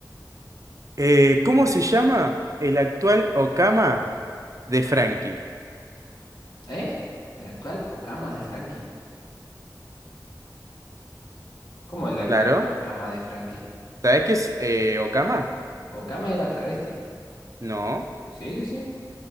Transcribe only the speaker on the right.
Eh, ¿cómo se llama el actual Okama de Frankie?
Claro.
¿Sabés qué es eh, Okama?
No.